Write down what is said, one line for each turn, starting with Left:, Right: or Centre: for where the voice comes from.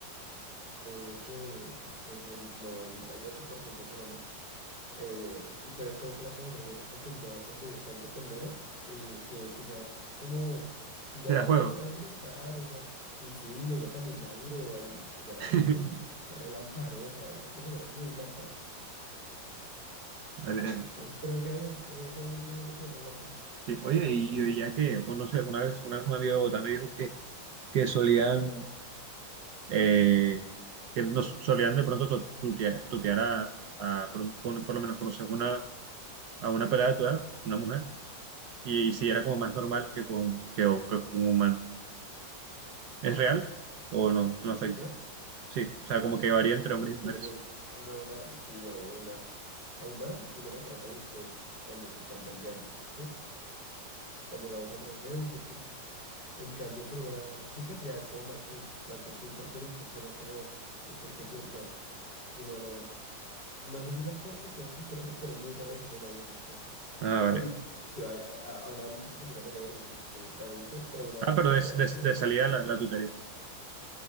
Left: ponle que, que pues el 98% son hombres. Eh, entonces, como que la profesora ya se acostumbró a convivir tanto con manes y que, que sea como chimbear
Right: te da
Left: la vida,
Right: juego.
Left: se deja molestar ella. Y sí, ella también da duro, ahí, ella,
Right: <laughs>
Left: ella es muy es relamparosa, esa profesora es muy lámpara.
Right: Dale, dale.
Left: Entonces, pero me cae bien, a mí me cae bien la gente que es relámpara,
Right: Sí, Oye,
Left: que
Right: y
Left: eso
Right: yo
Left: que
Right: ya que, bueno, no sé, una vez, una vez un amigo de Bogotá me dijo que, que solían eh, que nos solían de pronto tu- tutea- tutear, a, a- por, con- por lo menos conoces una, a una pelada de tu edad, una mujer, y, si era como más normal que con, que, o- que con un man. ¿Es real o no? No
Left: el
Right: afecta.
Left: tutear.
Right: Sí, o sea, como que varía entre hombres y mujeres.
Left: Sí, una, una, sí, obvio, una, a un man uno lo trata de usted cuando se están tanteando, ¿sí? Cuando digamos entra, veo, ¿y usted qué? En cambio, con una chica ya es como más tú, más de tú, porque el usted suena como usted que piensa. No, si no, no, no. No sé si sea por cuestiones culturales, pero es muy raro decirle a una vieja usted. us-
Right: Ah, vale.
Left: Obvio, a, a- a una señora mayor decir va de usted, pero una
Right: Ah,
Left: alguien
Right: pero
Left: de
Right: de,
Left: tu edad,
Right: de,
Left: como
Right: de
Left: decirle
Right: salida
Left: usted.
Right: la, la tutearía.